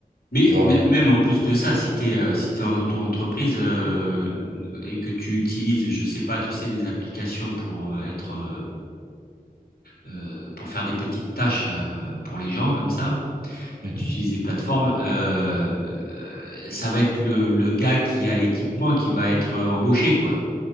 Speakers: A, on the left; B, on the right.
A: Mais,
B: tu vois.
A: mais- même en plus de ça, si t'es euh, si t'es en auto-entreprise euh, et que tu utilises, je sais pas, tu sais, des applications pour euh, être euh, euh, pour faire des petites tâches euh, pour les gens comme ça,
B: Mhm.
A: euh, tu utilises des plateformes, euh, euh, ça va être le, le gars qui a l'équipement qui va être euh, embauché, quoi.